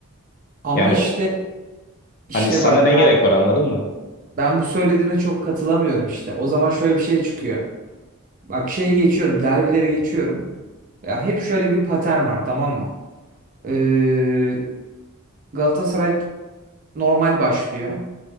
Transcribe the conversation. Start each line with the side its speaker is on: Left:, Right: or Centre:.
Right: Ama
Left: Yani
Right: işte
Left: o-
Right: işte
Left: hani sana
Right: bak
Left: ne gerek var anladın mı?
Right: ben bu söylediğine çok katılamıyorum işte. O zaman şöyle bir şey çıkıyor. Bak şeyi geçiyorum, derbileri geçiyorum. Ya hep şöyle bir patern var tamam mı? Ee, Galatasaray normal başlıyor.